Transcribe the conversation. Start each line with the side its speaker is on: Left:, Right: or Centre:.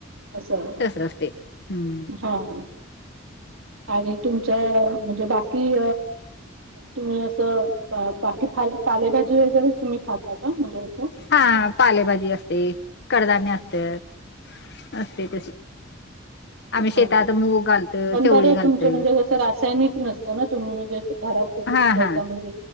Right: असं हाय
Left: तसं असं असते हम्म.
Right: हां.. काय नाही आणि तुमच्या म्हणजे बाकी तुम्ही असं बाकी पालेभाजी वगैरे तुम्ही खाता का म्हणजे रोज.
Left: हा पालेभाजी असते कडधान्ये असत्यात. असते तशी आम्ही
Right: हा
Left: शेतात मूग घालतोय
Right: पण
Left: चवळी
Right: बरं
Left: घालतोय
Right: तुमच म्हणजे कसं नसतं ना तुम्ही म्हणजे घरातच
Left: हा
Right: पिकवता
Left: हा
Right: म्हणजे,